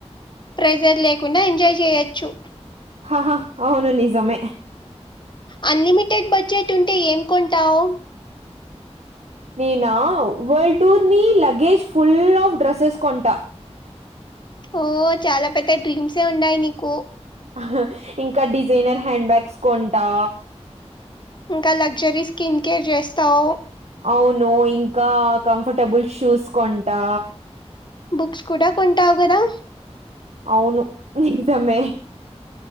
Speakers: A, on the left (about 40°); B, on the right (about 75°).
A: ప్రెజర్ లేకుండా ఎంజాయ్ చేయచ్చు
B: హహహ్ అవును నిజమే
A: అన్ లిమిటెడ్ బడ్జెట్టుంటే ఏం కొంటావ్
B: నేనా వల్డ్ టూర్ ని లగేజ్ ఫుల్లాఫ్ డ్రెస్సెస్ కొంటా
A: ఓ చాలా పెద్ద డ్రీమ్సే ఉండాయ్ నీకు
B: అహ ఇంకా డిజైనర్ హ్యాండ్ బ్యాగ్స్ కొంటా
A: ఇంకా లగ్జరీ స్కిన్ కేర్ జేస్తావ్
B: అవును ఇంకా కంఫర్టబుల్ షూస్ కొంటా
A: బుక్స్ కుడా కొంటావ్ కదా
B: అవును నిజమే